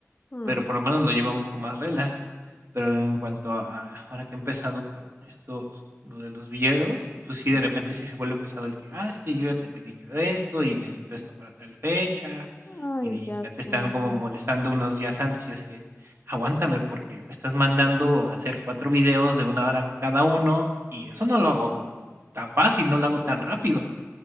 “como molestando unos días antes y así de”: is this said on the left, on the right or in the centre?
Right